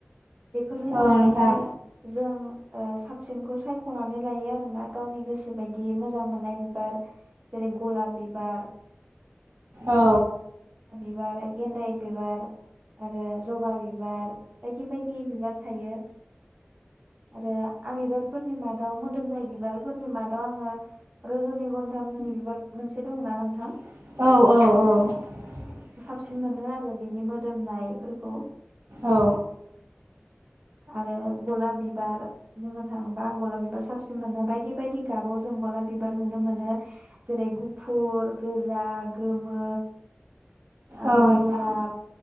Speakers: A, on the right; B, on the right.
A: बेफोरनि
B: औ
A: मादावनो
B: नोंथां
A: जों ओ साबसिनखौ सायख'नानै लायो आरोना गावनि गोसो बायदि मोजां मोननाय बिबार जेरै गलाब बिबार
B: औ।
A: बार, गेन्दाइ बिबार आरो जबा बिबार बायदि बायदि बिबार थायो आरो आं बिबारफोरनि मादाव मोदोमनाय बिबारफोरनि मादाव आङो रजनिगन्धा मुंनि बिबार मोनसे दङना नोंथां?
B: औ औ औ।
A: सिन मोनो आरो बेनि मो दोमनाय फोरखौ
B: औ
A: आरो गलाब बिबार बुंनो थाङोबा आं गलाब बिबार साबसिन मोनो बायदि बायदि गाबाव जों गलाब बिबार नुनो मोनो जेरै गुफुर, गोजा, गोमो आरो
B: औ नोंथां
A: गलाब